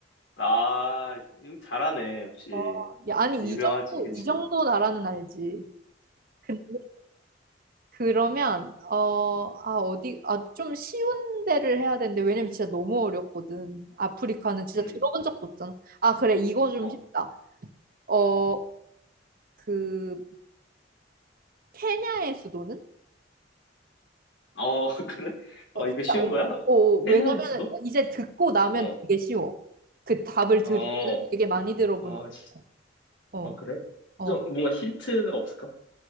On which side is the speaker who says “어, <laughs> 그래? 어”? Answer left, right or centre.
Left